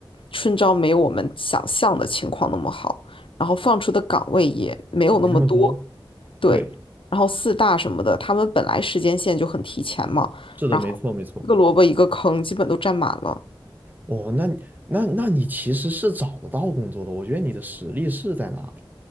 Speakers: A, on the left (about 70°); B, on the right (about 20°).
A: 春招没有我们想象的情况那么好，然后放出的岗位也没有那么多，
B: 没那么多。
A: 对，
B: 对，
A: 然后四大什么的，他们本来时间线就很提前嘛，
B: 是的，
A: 然后一个萝卜一个坑，
B: 没错没错。
A: 基本都占满了。
B: 哦，那你那那你其实是找得到工作的，我觉得你的实力是在那的，